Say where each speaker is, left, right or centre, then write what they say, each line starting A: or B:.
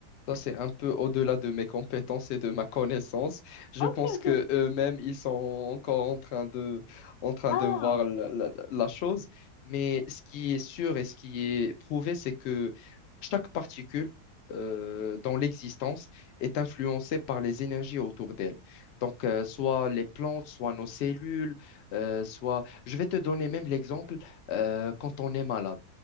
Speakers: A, on the left; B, on the left.
A: ça c'est un peu au-delà de mes compétences et de ma connaissance. Je
B: Ok,
A: pense
B: ok.
A: que eux-mêmes ils sont encore en train de en train
B: Ah.
A: de voir la, la- la chose. Mais ce qui est sûr et ce qui est prouvé, c'est que chaque particule euh, dans l'existence est influencée par les énergies autour d'elle. Donc euh, soit les plantes, soit nos cellules, euh, soit je vais te donner même l'exemple euh, quand on est malade.